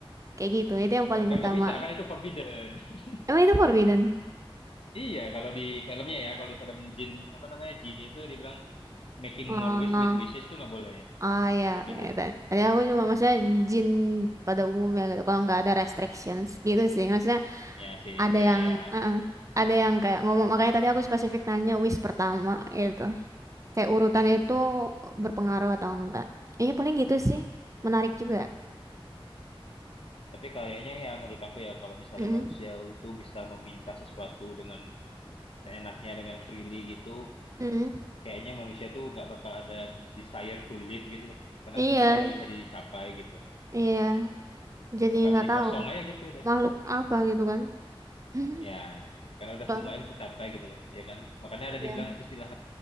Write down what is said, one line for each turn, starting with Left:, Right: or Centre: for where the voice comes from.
Right: kayak gitu, itu yang paling
Left: Eh, Kan
Right: utama.
Left: nggak bisa, kan itu forbidden. <laughs>
Right: Emang itu forbidden?
Left: Iya, kalau di filmnya ya, kalau di film Jin, apa namanya, Jin itu dibilang making
Right: Oh,
Left: more wish with wishes itu nggak boleh.
Right: oh ya,
Left: Forbidden.
Right: ya, ta- tadi aku cuma maksudnya jin pada umumnya gitu, kalau nggak ada restrictions gitu sih, maksudnya
Left: Ya sih,
Right: ada
Left: ya
Right: yang,
Left: ya.
Right: eh, eh, ada yang kayak ngomong, makanya tadi aku spesifik nanya wish pertama gitu. kayak urutannya
Left: Hmm.
Right: itu berpengaruh atau enggak. Iya paling gitu sih. Menarik juga.
Left: Tapi kayaknya ya menurut aku ya, kalau misalnya
Right: Mm-mm.
Left: manusia itu bisa meminta sesuatu dengan seenaknya, dengan freely gitu,
Right: Mm-mm.
Left: kayaknya manusia tuh nggak bakal ada desire to live gitu loh. Karena
Right: Iya,
Left: semua udah bisa dicapai gitu.
Right: iya. Jadi
Left: Bakal
Right: nggak
Left: jadi
Right: tahu
Left: kosong aja gitu udah.
Right: makhluk apa gitu kan. <laughs>
Left: Ya, karena udah
Right: Bang.
Left: semuanya tercapai gitu loh, ya kan? Makanya
Right: Iya.
Left: ada dibilang istilah